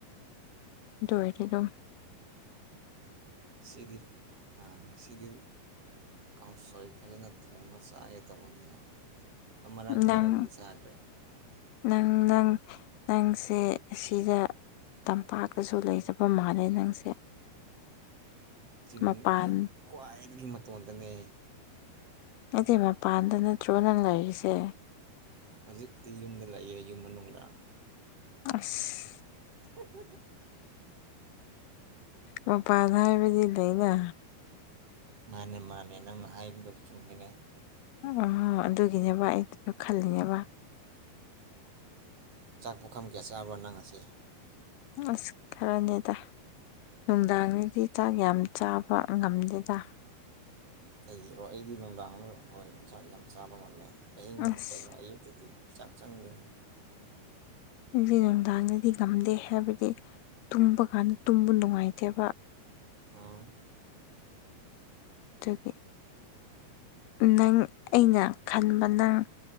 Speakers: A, on the left; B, on the right.
A: ꯗꯣꯏꯔꯗꯨꯝ
B: ꯁꯤꯗꯤꯜ ꯑꯥ ꯁꯤꯗꯤꯜ ꯀꯥꯡꯁꯣꯏ ꯐꯖꯅ ꯊꯣꯡꯉ ꯆꯥꯒꯦ ꯇꯧꯕꯅꯤꯅ ꯑꯃꯔꯛ ꯑꯅꯤꯔꯛꯗꯤ
A: ꯅꯪ
B: ꯆꯥꯈ꯭ꯔꯦ
A: ꯅꯪ ꯅꯪ ꯅꯪꯁꯦ ꯑꯁꯤꯗ ꯇꯝꯄꯥꯛꯇꯁꯨ ꯂꯩꯖꯕ ꯃꯥꯜꯂꯦ ꯅꯪꯁꯦ
B: ꯆꯤꯡ
A: ꯃꯄꯥꯟ
B: ꯍꯦꯛ ꯈ꯭ꯋꯥꯏꯗꯒꯤ ꯃꯇꯣꯟꯗꯅꯦ
A: ꯅꯗꯤ ꯃꯄꯥꯟꯗ ꯅꯠꯇ꯭ꯔꯣ ꯅꯪ ꯂꯩꯔꯤꯁꯦ
B: ꯍꯧꯖꯤꯛꯄꯨꯗꯤ ꯌꯨꯝꯗ ꯂꯩꯑꯦ ꯌꯨꯝ ꯃꯅꯨꯡꯗ
A: ꯑꯁ
B: <inaudible>
A: ꯃꯄꯥꯟ ꯍꯥꯏꯕꯗꯤ ꯂꯩꯅ
B: ꯃꯥꯅꯦ ꯃꯥꯅꯦ ꯅꯪꯅ ꯍꯥꯏꯕꯗ ꯆꯨꯝꯃꯤꯅꯦ
A: ꯑ ꯑꯗꯨꯒꯤꯅꯦꯕ ꯑꯩꯁꯨ ꯈꯜꯂꯤꯅꯦꯕ
B: ꯆꯥꯛ ꯄꯨꯈꯝ ꯀꯌꯥ ꯆꯥꯕ ꯅꯪꯉꯁꯦ
A: ꯑꯁ ꯈꯔꯅꯦꯗ ꯅꯨꯡꯗꯥꯡꯒꯤꯗꯤ ꯆꯥꯛ ꯌꯥꯝ ꯆꯥꯕ ꯉꯝꯗꯦꯗ
B: ꯀꯩꯒꯤꯔꯣ ꯑꯩꯗꯤ ꯅꯨꯡꯗꯥꯡꯗ ꯌꯥꯝ ꯌꯦꯟꯁꯥꯡꯁꯤ ꯌꯥꯝ ꯆꯥꯕ ꯉꯝꯃꯦ ꯑꯤꯡ
A: ꯑꯁ
B: ꯀꯒꯤꯅꯣ ꯑꯌꯨꯛꯇꯗꯤ ꯆꯥꯛ ꯆꯪꯗꯦ
A: ꯑꯩꯁ ꯅꯨꯡꯗꯥꯡꯗꯗꯤ ꯉꯝꯗꯦ ꯍꯥꯏꯕꯗꯤ ꯇꯨꯝꯕ ꯀꯥꯟꯗ ꯇꯨꯝꯕ ꯅꯨꯡꯉꯥꯏꯇꯦꯕ
B: ꯑꯥ
A: ꯗꯨꯒꯤ ꯅꯪ ꯑꯩꯅ ꯈꯟꯕ ꯅꯪ